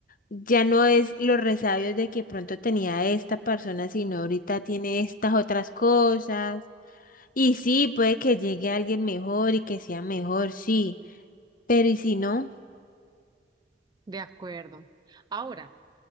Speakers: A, on the left; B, on the right.
A: Ya no es los resabios de que pronto tenía esta persona, sino ahorita tiene estas otras cosas. Y sí, puede que llegue alguien mejor y que sea mejor, sí. Pero ¿y si no?
B: De acuerdo. Ahora,